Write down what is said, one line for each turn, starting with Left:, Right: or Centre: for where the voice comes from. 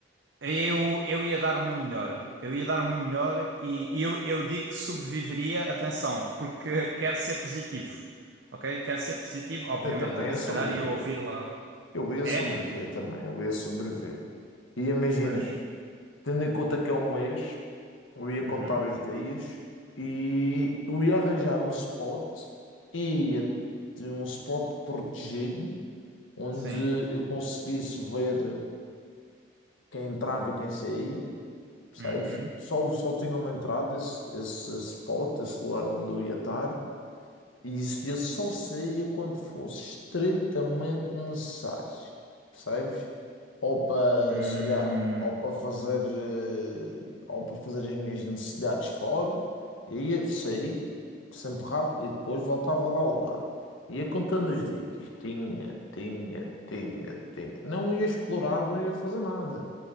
Right: Eu, eu ia dar o meu melhor. Eu ia dar o meu melhor e, e eu, eu digo que sobreviveria, atenção, porque <laughs> quero ser positivo. Ok? Quero ser positivo, obviamente,
Left: Eu também
Right: também
Left: ia
Right: se
Left: sobreviver,
Right: calhar ia ouvir lá.
Left: eu ia
Right: É?
Left: sobreviver também, eu ia sobreviver. E imagina.
Right: Pois.
Left: Tendo em conta que é um mês, eu ia contar
Right: Uhum.
Left: os dias e eu ia arranjar um spot e ia ter um spot protegido onde
Right: Sim.
Left: eu conseguisse ver quem entrava e quem saía, percebes?
Right: Uhum.
Left: Só, só tinha uma entrada, esse, esse spot, esse lugar onde eu ia estar. E isso eu só saía quando fosse estritamente necessário, percebes? Ou para,
Right: Hum.
Left: sei lá, ou para fazer, eh, ou para fazer as minhas necessidades fora, ia, saía, sempre rápido, e depois voltava lá ao lugar. Ia contando os dias, tinha, tinha, tinha, tinha. Não ia explorar, não ia fazer nada.